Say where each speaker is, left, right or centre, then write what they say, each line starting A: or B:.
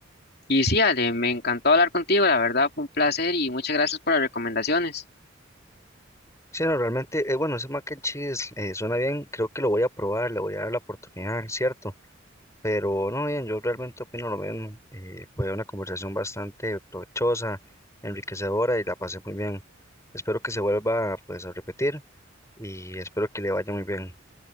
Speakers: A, on the left (about 55°); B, on the left (about 15°).
A: Y sí, Ale, me encantó hablar contigo, la verdad fue un placer y muchas gracias por las recomendaciones.
B: Sí, no, realmente, eh, bueno, ese mac and cheese eh, suena bien, creo que lo voy a probar, le voy a dar la oportunidad, ¿cierto? Pero no, bien, yo realmente opino lo mismo. eh, fue una conversación bastante provechosa, enriquecedora y la pasé muy bien. Espero que se vuelva pues a repetir y espero que le vaya muy bien.